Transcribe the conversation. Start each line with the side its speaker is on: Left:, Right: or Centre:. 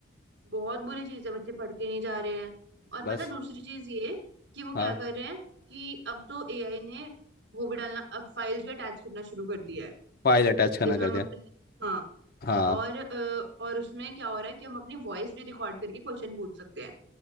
Right: बहुत बुरी चीज है बच्चे पढ़ के नहीं जा रहे हैं और
Left: बस
Right: पता है दूसरी चीज ये कि वो क्या
Left: हाँ
Right: कर रहे हैं कि अब तो एआई ने वो भी डालना अब फाइल्स भी अटैच करना शुरू कर दिया है
Left: फाइल अटैच करना
Right: जिसमें
Left: कर
Right: हम
Left: दिया
Right: अपनी हाँ
Left: हाँ
Right: और अ, और उसमें क्या हो रहा है कि हम अपनी वॉइस भी रिकॉर्ड करके क्वेश्चन पूछ सकते हैं